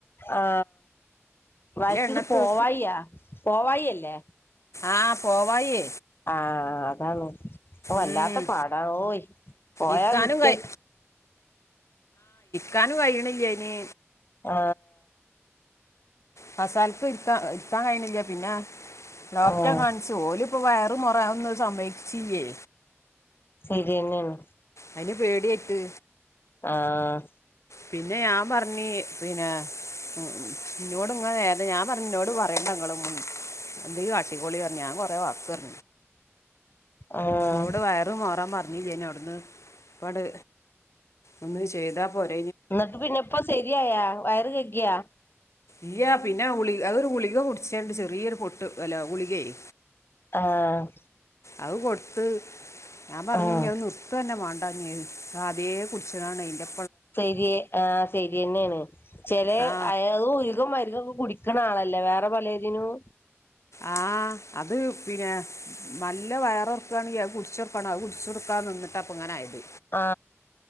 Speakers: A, on the left; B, on the left.
A: ആ വയറ്റീന്ന്
B: എണ്ണത്ത്
A: പോവായി്യ പോവായിയല്ലേ
B: ആ പോവായി
A: ആ അതാണ് ഓ വല്ലാത്ത
B: ഉം,
A: പാടാ ഓയി പോയാ
B: ഇരിക്കാനും
A: വ്യത്തി-
B: കൈ കാനും കഴിയിണ്ടില്ലതിന്
A: ആ
B: ഫസാലത്തും ഇരുത്താ ഇരുത്താൻ കഴുന്നില്ല പിന്നെ ഡോക്ടറെ
A: ആഹ്
B: കാണിച്ചു ഓല് ഇപ്പോ വയറ് മുറാന്ന് സംന്മതിച്ചില്ലേ
A: ശരി തന്നെയാണ്
B: അതിന് പേടിയായിട്ട്
A: ആഹ്
B: പിന്നെ ഞാൻ പറഞ്ഞി പിന്നെ ഉം ഉം ഇന്നോട് ഇങ്ങ ഞാൻ പറഞ്ഞ ഇന്നോട് പറയണ്ടങ്ങളെന്നും എന്തങ്കിലും കാട്ടിക്കോളി പറഞ്ഞ ഞാൻ കുറെ വക്ക് പറ-
A: ആഹ്
B: അവിടെ വയറ് മോറാൻ പറഞ്ഞില്ലന്ന് അവിടുന്ന് അങ്ങട് ഒന്ന് ചെയ്താ പോര
A: എന്നിട്ട് പിന്നെ ഇപ്പ ശരിയായ വയറ് കഴുക്കിയാ
B: ഇല്ല പിന്നെ ഗുളിക അതൊരു ഗുളിക കുടിച്ചണ്ട് ചെറിയൊരു പൊട്ട് അല്ല ഗുളികയെ
A: ആ ആ
B: അത് കൊടുത്ത് ഞാൻ പറഞ്ഞ്
A: ആഹ്
B: അത് നിർത്തതന്നെ മേണ്ട തന്നെ അതേ കുടിച്ചതാണ് അതിന്റെ
A: ശരിയ ആ ശരി തന്നെയാണ് ചില
B: ആ
A: അത് ഓലുക്കും മരുന്നക്കെ കുടി- ക്കണ ആളല്ലേ വേറെ പലതിനും
B: ആ അത് പിന്നെ നല്ല വയറൊറക്കാണങ്കി അത് കുടിച്ചൊർക്കണോ കുടിച്ചൊർക്കണം അ നിന്നട്ടിപ്പം ഇങ്ങന ആയത്
A: ആ